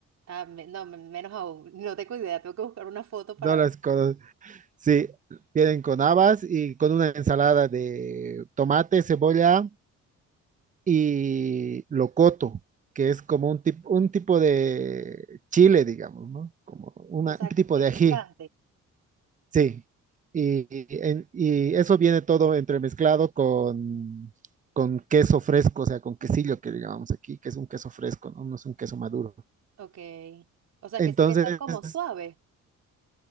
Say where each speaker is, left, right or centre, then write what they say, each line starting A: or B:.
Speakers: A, on the right (about 60°); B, on the right (about 25°).
A: Ah, me- no, me- menos aún. No tengo idea, tengo que buscar una foto para
B: no
A: ver.
B: las cosas, sí, vienen con habas y con una ensalada de tomate, cebolla y locoto, que es como un, tip- un tipo de chile, digamos, ¿no? Como una-
A: O sea,
B: un tipo
A: es
B: de ají,
A: picante.
B: sí. Y, y en- y eso viene todo entremezclado con, con queso fresco, o sea, con quesillo que llamamos aquí, que es un queso fresco, ¿no? No es un queso maduro.
A: Ok. O sea,
B: Entonces,
A: que, ese queso es como suave.